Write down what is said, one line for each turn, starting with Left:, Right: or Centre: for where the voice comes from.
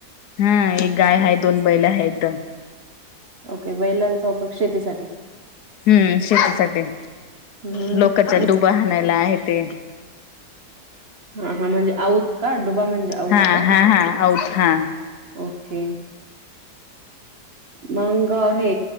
Left: हा एक गाय आहे दोन बैला आहेत.
Right: ओके बैलांचा उपयोग शेतीसाठी
Left: हम्म शेतीसाठी.
Right: हम्म
Left: लोकाच्या दुबा हाणायला आहे ते.
Right: हा हा म्हणजे आऊत का डुबा म्हणजे आऊत
Left: हा
Right: का.
Left: हा हा आऊत हा
Right: ओके. मंग हे